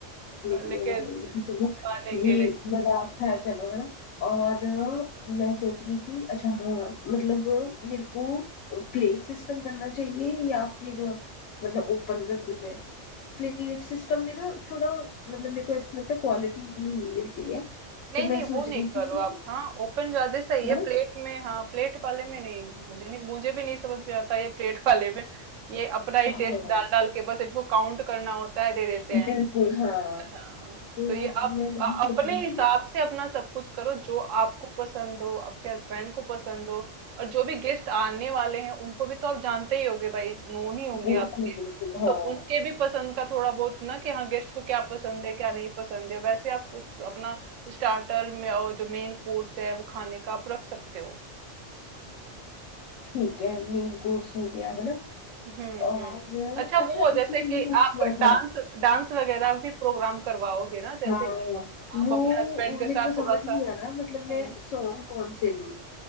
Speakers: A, on the right; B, on the left.
A: अ,
B: लेकिन
A: लेकिन
B: वो वाले लेकिन चलो
A: मानेंगे
B: ये
A: नहीं
B: मजाक था चलो है ना और अ, मैं सोच रही थी अच्छा हाँ मतलब अ, मेरे को प्लेट सिस्टम करना चाहिए या फिर अ, मतलब ओपन कर दूं मैं प्लेट सिस्टम में ना थोड़ा मतलब मेरे को ऐसा लगता है क्वालिटी उतनी नहीं मिलती है
A: नहीं
B: तो
A: नहीं
B: मैं सोच
A: वो नहीं
B: रही थी
A: करो
B: कि
A: आप हाँ ओपन ज्यादा सही है
B: है ना
A: प्लेट में हाँ प्लेट वाले में नहीं मुझे नहीं मुझे भी नहीं समझ में आता ये प्लेट वाले में ये अपना ही
B: हाँ
A: टेस्ट डाल डाल के बस इनको काउंट करना होता है दे देते हैं
B: बिल्कुल हाँ
A: हाँ
B: तो
A: तो ये आप
B: मैं वही
A: अ-
B: सोच
A: अपने
B: रही
A: हिसाब
B: थी
A: से अपना सब कुछ करो जो आपको पसंद हो आपके हस्बैंड को पसंद हो और जो भी गेस्ट आने वाले हैं उनको भी तो आप जानते ही होगे भाई नोन ही होंगे
B: बिल्कुल बिल्कुल हाँ
A: तो उनके भी पसंद का थोड़ा बहुत ना कि हाँ गेस्ट को क्या पसंद है क्या नहीं पसंद है वैसे आप कुछ अपना स्टार्टर में और जो मेन कोर्स है वो खाने का आप रख सकते हो
B: ठीक है मेन कोर्स हो गया है ना
A: हम्म
B: और
A: हम्म अच्छा
B: अच्छा
A: वो
B: इसमें
A: जैसे
B: ये
A: कि
B: पूछना
A: आप
B: था
A: डांस डांस वगैरह भी प्रोग्राम करवाओगे ना जैसे
B: हाँ
A: कि
B: वो
A: आप अपने हस्बैंड के
B: मेरे
A: साथ
B: को समझ
A: थोड़ा सा
B: नहीं आ रहा मतलब
A: हम्म
B: मैं सॉन्ग कौन से लूं